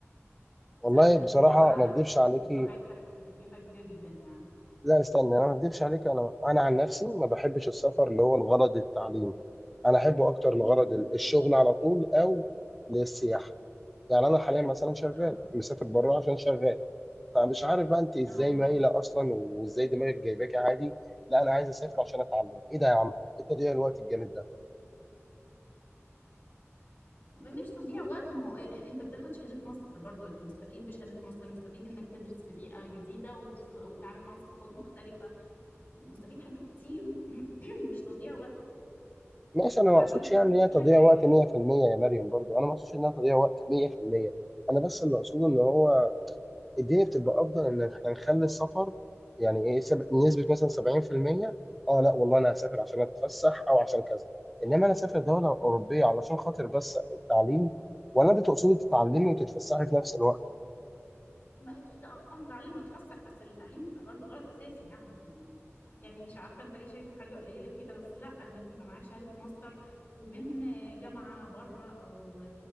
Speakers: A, in the centre; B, on the left.
A: والله
B: سألت
A: بصراحة
B: في الجامعة
A: ما اكدبش
B: لقيت
A: عليكي
B: الموضوع هيفتح تكلفة كبيرة جدا يعني
A: لا استنى انا ما اكدبش عليك انا انا عن نفسي ما بحبش السفر اللي هو الغرض التعليم انا احبه اكتر لغرض
B: مم.
A: ال- الشغل على طول او للسياحه يعني انا حاليا مثلا شغال
B: اه
A: مسافر بره عشان شغال فمش عارف بقى انت ازاي
B: اه
A: مايله اصلا وازاي دماغك جايباكي عادي لا انا عايز اسافر عشان اتعلم ايه ده يا عم ايه تضييع الوقت الجامد ده
B: مش تضييع وقت ما هو انت بتاخد شهادة ماستر برضو انت مستفيد بشهادة ماستر مستفيد انك تدرس في بيئة جديدة وف- وتتعامل مع ثقافات مختلفة مستفيد حاجات كتير <clears throat> مش تضييع وقت
A: ماشي انا
B: وبعدين
A: ما اقصدش
B: يعني
A: يعني هي
B: اقول
A: تضييع
B: لك حاجه
A: وقت 100% يا مريم برضو انا ما اقصدش انها تضييع وقت 100% انا بس اللي اقصده ان هو الدنيا بتبقى افضل ان احنا نخلي السفر يعني ايه سب- نسبه مثلا 70% اه لا والله انا هسافر عشان اتفسح او عشان كذا انما انا اسافر دوله اوروبيه علشان خاطر بس التعليم ولا انت تقصدي تتعلمي وتتفسحي في نفس الوقت
B: ما اكيد اه هتعلم واتفسح بس التعليم برضو غرض اساسي يعني يعني مش عارفه انت ليه شايفه حاجه قليله كده بس لا انك يبقى معاك شهاده ماستر ومن جامعه بره او